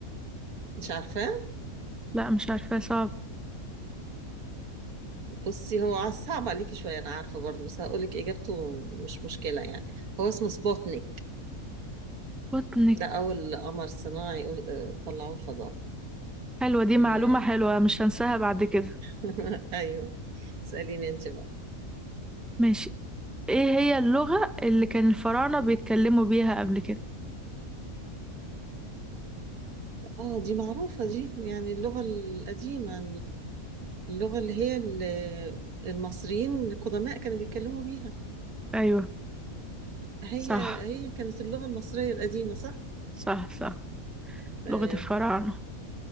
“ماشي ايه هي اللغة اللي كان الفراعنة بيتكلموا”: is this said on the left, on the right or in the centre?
Centre